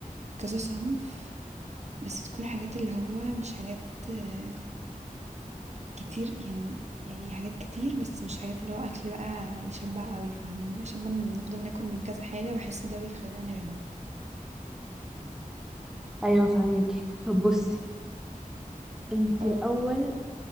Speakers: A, on the right; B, in the centre.
A: كذا صنف بس تكون حاجات اللي هو مش حاجات آه كتير يعني يعني حاجات كتير بس مش حاجات اللي هو أكل بقى يشبع قوي فاهماني عشان لما بنفضل ناكل من كذا حاجة بحس ده بيخلينا نشبع
B: ايوه فهمك طب بصي انت
A: اه
B: الاول